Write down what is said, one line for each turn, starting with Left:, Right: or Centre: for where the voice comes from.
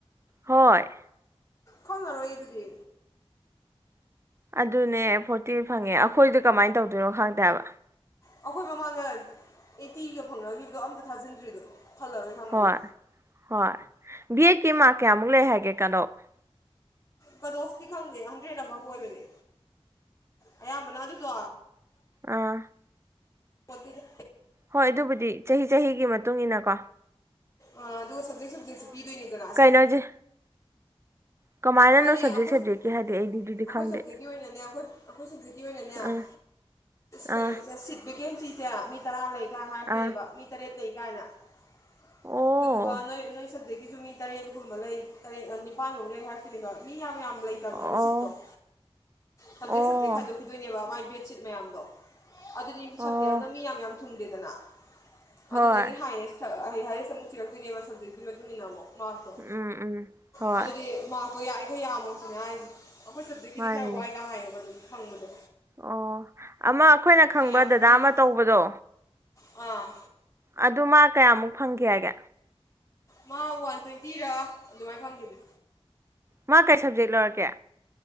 Right: ꯍꯣꯏ
Left: ꯈꯜꯂꯔꯣꯏ ꯑꯗꯨꯗꯤ
Right: ꯑꯗꯨꯅꯦ ꯐꯣꯔꯇꯤ ꯐꯪꯉꯦ ꯑꯩꯈꯣꯏꯗꯤ ꯀꯃꯥꯏꯅ ꯇꯧꯗꯣꯏꯅꯣ ꯈꯪꯗꯕ ꯍꯥꯏꯕ
Left: ꯑꯩꯈꯣꯏ ꯃꯃꯥꯡꯗ ꯑꯩꯠꯇꯤꯒ ꯐꯪꯅꯈꯤꯕꯗꯣ ꯑꯝꯇ ꯊꯥꯖꯤꯟꯗ꯭ꯔꯤꯗꯣ ꯈꯜꯂꯔꯣꯏ ꯈꯪꯕꯒꯤ
Right: ꯍꯣꯏ ꯍꯣꯏ ꯕꯤꯑꯦꯠꯀꯤ ꯃꯥ꯭ꯔꯛ ꯀꯌꯥꯃꯨꯛ ꯂꯩ ꯍꯥꯏꯒꯦ ꯀꯠ ꯑꯣꯐ
Left: ꯀꯠ ꯑꯣꯐꯇꯤ ꯈꯪꯗꯦ ꯍꯟꯗ꯭ꯔꯦꯠ ꯑꯕꯞ ꯑꯣꯏꯕꯅꯦ ꯑꯌꯥꯝꯕꯅ ꯑꯗꯨꯗꯣ
Right: ꯑꯥ
Left: ꯄꯣꯠꯇꯦꯗ
Right: ꯍꯣꯏ ꯑꯗꯨꯕꯨꯗꯤ ꯆꯍꯤ ꯆꯍꯤꯒꯤ ꯃꯇꯨꯡ ꯏꯟꯅ ꯀꯣ
Left: ꯑꯥ ꯑꯗꯨ ꯁꯕꯖꯦꯛꯁ ꯁꯖꯦꯛꯁꯁꯨ ꯄꯤꯗꯣꯏ ꯅꯦꯗꯅ ꯑꯁ
Right: ꯀꯩꯅꯣꯁꯦ ꯀꯃꯥꯏꯅꯅꯣ
Left: ꯍꯥꯏꯗꯤ
Right: ꯁꯕꯖꯦꯛ
Left: ꯑꯩꯈꯣꯏ
Right: ꯁꯕꯖꯦꯛꯀꯤ ꯍꯥꯏꯗꯤ ꯑꯩꯗꯤ ꯑꯗꯨꯗꯤ
Left: ꯑꯩꯈꯣꯏ
Right: ꯈꯪꯗꯦ
Left: ꯁꯕꯖꯦꯛꯀꯤ ꯑꯣꯏꯅꯅꯦ ꯑꯩꯈꯣꯏ ꯑꯩꯈꯣꯏ ꯁꯕꯖꯦꯛꯀꯤ ꯑꯣꯏꯅꯅꯦ
Right: ꯑꯥ
Left: ꯀꯩꯅꯣꯁꯦ
Right: ꯑꯥ
Left: ꯁꯤꯠ ꯚꯦꯀꯦꯟꯁꯤ ꯁꯦ ꯃꯤ ꯇꯔꯥ ꯂꯩ ꯥꯁ ꯍꯥꯏꯔꯛ ꯇꯣꯏ
Right: ꯑꯥ
Left: ꯅꯦꯕ ꯃꯤ ꯇꯔꯦꯠ ꯂꯩ <inaudible>
Right: ꯑꯣ
Left: ꯑꯗꯨ ꯗꯨꯒ ꯅꯣꯏ ꯅꯣꯏ ꯁꯞꯖꯦꯛ ꯒꯤꯁꯨ ꯃꯤ ꯇꯔꯦꯠꯒꯨꯝꯕ ꯂꯩ ꯇꯔꯦꯠ ꯅꯤꯄꯥꯟꯒꯨꯝꯕ ꯂꯩ ꯍꯥꯏ ꯗꯦꯕ ꯃꯤ ꯌꯥꯝ ꯌꯥꯝ ꯂꯩꯇꯕꯅꯦꯕ
Right: ꯑꯣ
Left: ꯁꯤꯠꯇꯣ ꯁꯞꯖꯦꯛ
Right: ꯑꯣ
Left: ꯁꯕꯖꯦꯛ ꯈꯥꯏꯗꯣꯛꯈꯤꯗꯣꯏꯅꯦꯕ ꯃꯥꯏ ꯕꯦꯠ ꯆꯤꯠ ꯃꯌꯥꯝꯗꯣ ꯑꯗꯨꯗꯤ ꯁꯞꯖꯦꯛ
Right: ꯑꯣ
Left: ꯑꯃꯥꯅ ꯃꯤ ꯌꯥꯝ ꯌꯥꯝ ꯊꯨꯡꯗꯦꯗꯅ ꯑꯗꯨꯗꯗꯤ
Right: ꯍꯣꯏ
Left: ꯍꯥꯏꯌꯦꯁꯇꯥ ꯑꯩ ꯍꯥꯏꯌꯦꯁ ꯑꯃꯨꯛ ꯊꯤꯔꯛꯇꯣꯏꯅꯦꯕ ꯁ꯭ꯕꯖꯦꯛꯇꯨꯒꯤ ꯃꯇꯨꯡ ꯏꯟꯅ ꯑꯃꯨꯛ ꯃꯥꯔꯛꯇꯣ
Right: ꯎꯝ ꯎꯝ ꯍꯣꯏ
Left: ꯑꯗꯨꯗꯤ ꯃꯥ ꯑꯣ ꯌꯥꯔꯤꯈꯩ ꯌꯥꯝꯃꯣꯁꯤꯅꯦ ꯍꯥꯏꯔꯤꯁꯦ ꯑꯩꯈꯣꯏ ꯁꯞꯖꯦꯛꯀꯤꯗꯤ
Right: ꯃꯥꯅꯤꯅꯦ
Left: ꯈꯔꯥ ꯋꯥꯏꯒ ꯍꯥꯏꯌꯦꯕ ꯑꯗꯨꯝ ꯍꯪꯡꯕꯗꯣ
Right: ꯑꯣ ꯑꯃ ꯑꯩꯈꯣꯏꯅ ꯈꯪꯕ
Left: ꯌꯥꯝ
Right: ꯗꯗꯥ
Left: ꯃꯤ
Right: ꯑꯃ ꯇꯧꯕꯗꯣ
Left: ꯑꯥ
Right: ꯑꯗꯨ ꯃꯥ ꯀꯌꯥꯃꯨꯛ ꯐꯪꯈꯤ ꯍꯥꯏꯒꯦ
Left: ꯃꯥ ꯋꯥꯟ ꯇ꯭ꯋꯦꯟꯇꯤꯔꯥ ꯑꯗꯨꯃꯥꯏꯅ ꯐꯪꯈꯤꯕꯅꯦ
Right: ꯃꯥ ꯀꯩ ꯁ꯭ꯕꯖꯦꯛ ꯂꯧꯔꯛꯀꯦ